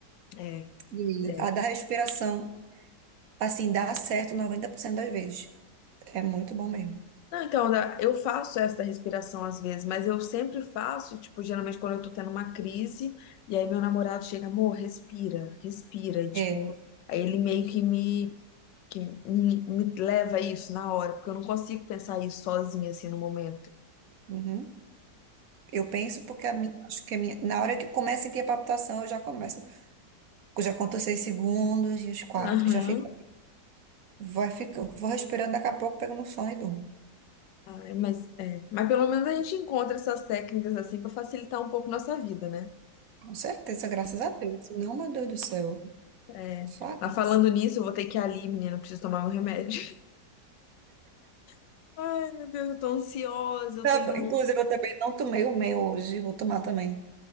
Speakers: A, on the left; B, on the right.
A: É,
B: E
A: é.
B: a da respiração, assim, dá certo 90% das vezes. É muito bom mesmo.
A: Não, então, da- eu faço essa respiração às vezes, mas eu sempre faço, tipo, geralmente quando eu tô tendo uma crise, e aí meu namorado chega, amor, respira, respira, e, tipo,
B: É,
A: aí ele meio que me, que me, me leva a isso na hora, porque eu não consigo pensar isso sozinha, assim, no momento.
B: uhum. Eu penso porque a minha, acho que a minha, na hora que começa a sentir a palpitação, eu já começo. Eu já conto os seis segundos e os quatro,
A: Aham.
B: já fica. Vai ficar vou respirando, daqui a pouco pego no sono e durmo.
A: Ai, mas, é. Mas pelo menos a gente encontra essas técnicas assim pra facilitar um pouco nossa vida, né?
B: Com certeza, graças a Deus. Senão, meu Deus do céu,
A: É.
B: só a graça.
A: Mas falando nisso, eu vou ter que ir ali, menina, preciso tomar meu remédio. <laughs> Ai, meu Deus, eu tô ansiosa, eu
B: Tá
A: tenho.
B: bom. Inclusive, eu também não tomei o meu hoje, vou tomar também.